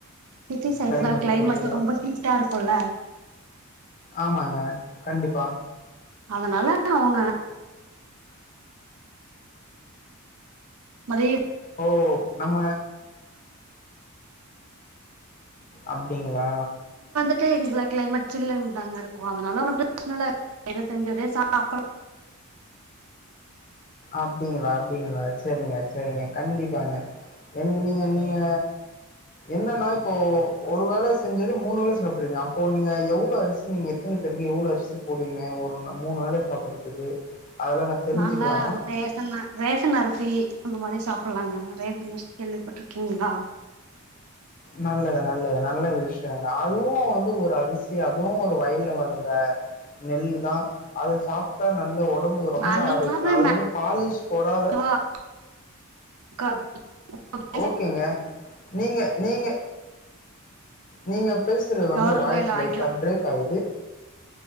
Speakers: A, on the right; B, on the left.
A: சிட்டி சைட்லா
B: கிளைமேட்
A: கிளைமேட்டு
B: பொறுத்துதா
A: ரொம்ப ஹீட்டா இருக்குல்ல
B: ஆமாங்க கண்டிப்பா
A: அதனால அவுங்க <inaudible> மதிய
B: ஓ நம அப்டிங்களா
A: இங்கலாம் கிளைமேட் சில்லுன்னு தாங்க இருக்கும் அதனால ஒன்னும் பிரச்சனை இல்ல ஏதோ செஞ்சத சாப்ப
B: அப்டிங்களா அப்டிங்களா சரிங்க சரிங்க கண்டிப்பாங்க எனக்கு நீங்க நீங்க என்னன்னா இப்போ ஒரு வேல செஞ்சது மூணு வேல சாப்டுறீங்க அப்போ நீங்க எவ்ளோ அரிசி நீங்க எத்தன பேருக்கு எவ்ளோ அரிசி போடுவீங்க ஒரு மூணு வேல சாப்பிடுறதுக்கு அதெல்லாம் நா தெரிஞ்சுக்கலாமா
A: நாங்களா ரேசன் ரேசன் அரிசி அந்த மாதிரி சாப்பிடலாங்க ரேசன் அரிசி கேள்விப்பட்ருக்கீங்களா
B: நல்லது நல்லது நல்ல விஷயங்க அதுவும் வந்து ஒரு அரிசி அதுவும் ஒரு வயல்ல வளந்த நெல்லு தா அத சாப்பிட்டா நல்ல உட உடம்புக்கு ரொம்ப
A: நாங்க
B: ஆரோக்கிய
A: எல்லாமே
B: அது வந்து பாலிஸ் போடாத
A: மேக்சிமம் க மேக்ஸி
B: ஓகேங்க நீங்க நீங்க நீங்க பேசுறது வந்து
A: கவர்மெண்ட்ல
B: வாய்ஸ்
A: வாங்கிக்கலாம்
B: லைட்டா பிரேக் ஆகுது